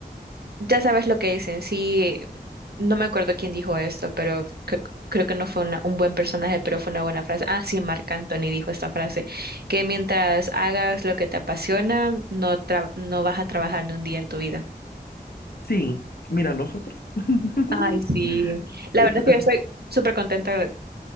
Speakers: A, on the right; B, on the left.
A: Ya sabes lo que dicen, sí, no me acuerdo quién dijo esto, pero cre- creo que no fue una- un buen personaje, pero fue una buena frase. Ah, sí, Marc Anthony dijo esta frase, que mientras hagas lo que te apasiona, no, tra- no vas a trabajar ni un día en tu vida.
B: Sí, mira, nosotros. <laughs>
A: Ay, sí. La
B: Esta-
A: verdad es que yo estoy súper contenta